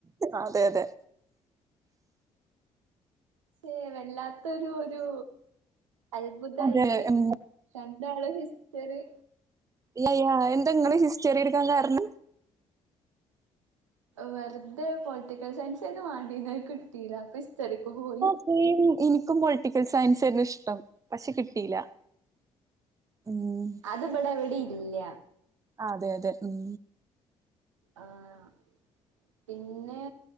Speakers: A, on the right (about 20°); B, on the right (about 85°).
A: അതെ അതെ
B: ചെ വല്ലാത്തൊരു ഒരു അത്ഭുതായില്ലേ
A: അതെ ഉം
B: രണ്ടാള് ഹിസ്റ്ററി
A: ലയാ എന്ത ഇങ്ങള് ഹിസ്റ്ററി എടുക്കാം കാരണം
B: വെറുതെ പൊളിറ്റിക്കൽ സയൻസന്നെ വാണ്ടീന്ന അഹ് കിട്ടീല്ല അപ്പ ഹിസ്റ്ററിക്ക് പോയി
A: സെമ് എനിക്കും പൊളിറ്റിക്കൽ സയൻസാര്ന്നു ഇഷ്ടം പക്ഷെ കിട്ടീല ഉം
B: അത് ഇബടഎവിടീം ഇല്ല
A: ആഹ് അതെ അതെ ഉം
B: ആഹ് പിന്നെ